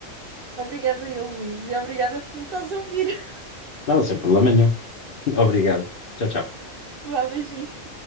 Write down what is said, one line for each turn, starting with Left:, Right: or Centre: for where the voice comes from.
Right: Obrigada eu, Luís, e obrigada por me estás a ouvir.
Left: Não, sem problema nenhum. <laughs> Obrigado. Tchau, tchau.
Right: <laughs> Vá, beijinho.